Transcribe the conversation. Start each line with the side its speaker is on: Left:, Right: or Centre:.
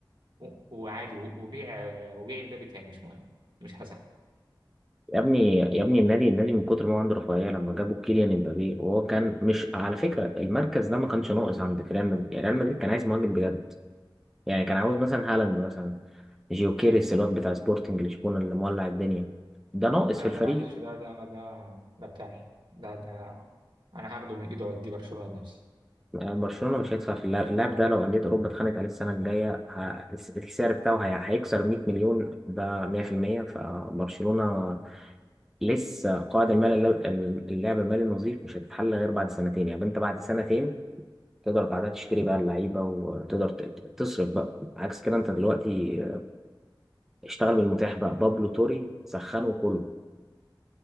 Right: و- وعادي و- وبيع وبيع امبابي تاني مش مهم مش هزعل
Centre: يا ابني يا ابني النادي النادي من كتر ما هو عنده رفاهية لما جابوا كيليان امبابي وهو كان مش على فكرة المركز ده ما كانش ناقص عند ريال مدريد يعني ريال مدريد كان عايز مهاجم بجد يعني كان عاوز مثلا هالاند مثلا جيوكيريس الواد بتاع سبورتنج لشبونة اللي مولع الدنيا ده ناقص
Right: لا
Centre: في الفريق
Right: ده معلش ده ده ده ده بتاعي ده ده انا هاخده من ايده واديه برشلونه لنفسي
Centre: يعني برشلونة مش هيدفع في اللاعب اللاعب ده لو أندية أوروبا اتخانقت عليه السنة الجاية ه- السعر بتاعه هي- هيكسر 100 مليون ده 100% فبرشلونة لسه قاعد المال الل- اللاعب المالي النظيف مش هتتحل غير بعد سنتين يعني أنت بعد سنتين تقدر بعدها تشتري بقى اللعيبة وتقدر ت- ت- تصرف بقى عكس كده أنت دلوقتي اشتغل بالمتاح بقى بابلو توري سخنه وكله